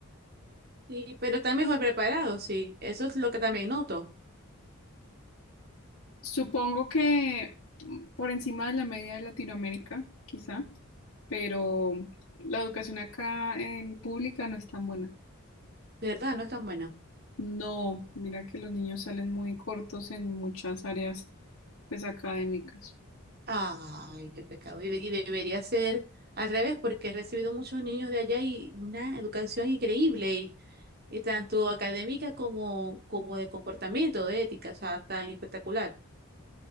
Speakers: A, on the right; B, on the left.
A: Sí, pero están mejor preparados, sí. Eso es lo que también noto.
B: Supongo que mm, por encima de la media de Latinoamérica, quizá, pero la educación acá en pública no es tan buena.
A: De verdad, no es tan buena.
B: No, mira que los niños salen muy cortos en muchas áreas, pues, académicas.
A: Ay, qué pecado. Y, de- y debería ser al revés, porque he recibido muchos niños de allá y una educación increíble, y, y tanto académica como, como de comportamiento, de ética, o sea, tan espectacular.